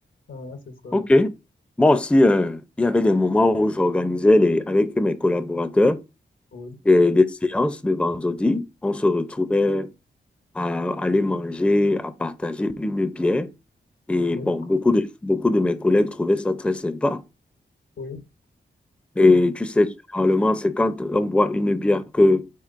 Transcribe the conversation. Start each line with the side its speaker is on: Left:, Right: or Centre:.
Left: ah, c'est ça.
Centre: Ok. Moi aussi, euh, il y avait des moments où j'organisais les, avec mes collaborateurs
Left: Oui,
Centre: des, des séances le vendredi. On se retrouvait à aller manger, à partager une bière. Et
Left: oui,
Centre: bon, beaucoup de, beaucoup de mes collègues trouvaient ça très sympa.
Left: oui,
Centre: Et
Left: oui,
Centre: tu sais, généralement, c'est quand on boit une bière que